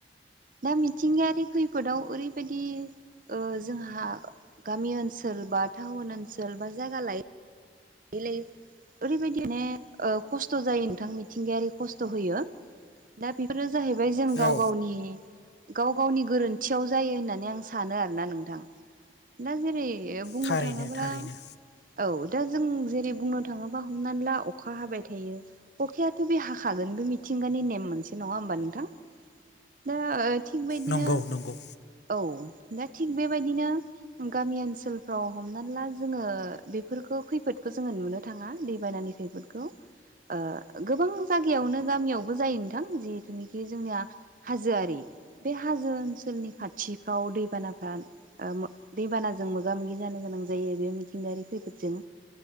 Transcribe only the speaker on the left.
औ
थारैनो
थारैनो
नंगौ नंगौ